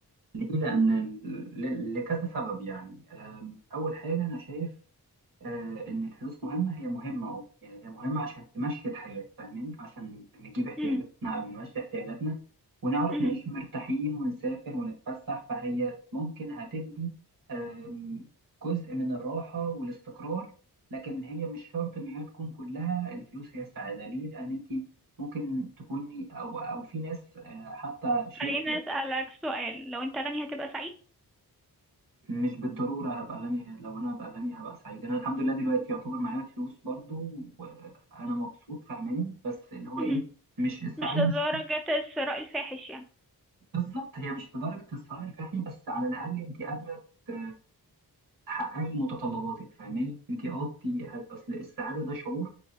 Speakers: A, on the right (about 60°); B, in the centre.
A: ليه لان ال- ل- لكذا سبب يعني أم، اول حاجه انا شايف آه إن الفلوس مهمة هي مهمة أه يعني هي مهمة عشان تمشي الحياة فاهماني عشان نجيب احتياجاتنا
B: امم
A: أو نمشي احتياجاتنا ونعرف
B: امم
A: نعيش مرتاحين ونسافر ونتفسح فهي ممكن هتدي آم، جزء من الراحة والاستقرار لكن هي مش شرط إن هي تكون كلها الفلوس هي السعادة ليه؟ لأن أنت ممكن تكوني أو أو في ناس آه، حتى شيرد
B: خليني اسالك سؤال لو انت غني هتبقى سعيد
A: مش بالضرورة هبقى غني لو أنا بقى غني هبقى سعيد أنا الحمد لله دلوقتي يعتبر معايا فلوس برضو وأنا مبسوط فاهماني بس اللي هو
B: امم
A: إيه مش السعادة
B: مش لدرجة
A: مش
B: الثراء الفاحش يعني
A: بالظبط هي مش لدرجة الثراء الفاحل بس على الأقل أنت قادرة ت- تحققي متطلباتك فاهماني أنت أه أنت أصل السعادة ده شعور